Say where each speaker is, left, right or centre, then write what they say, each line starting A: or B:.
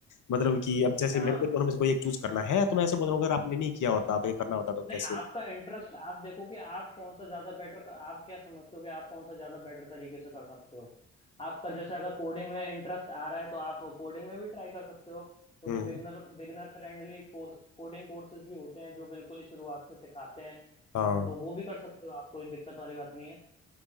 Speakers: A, on the left; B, on the left.
A: मतलब कि अब जैसे
B: हाँ
A: मेरे को इन दोनों में से कोई एक चूज करना है तो मैं ऐसे बोल रहा हूँ अगर आपने नहीं किया होता तो ये करना होता तो
B: नहीं
A: कैसे
B: आपका इंटरेस्ट आप देखो कि आप कौन सा ज्यादा बेटर आप क्या समझते हो कि आप कौन सा ज्यादा बेटर तरीके से कर सकते हो आपका जैसे अगर कोडिंग में इंटरेस्ट आ रहा है तो आप कोडिंग में भी ट्राई कर सकते हो क्योंकि
A: हम्म
B: beginner beginner friendly coding courses भी होते हैं जो बिल्कुल ही शुरुआत से सिखाते हैं
A: हाँ
B: तो वो भी कर सकते हो आप कोई दिक्कत वाली बात नहीं है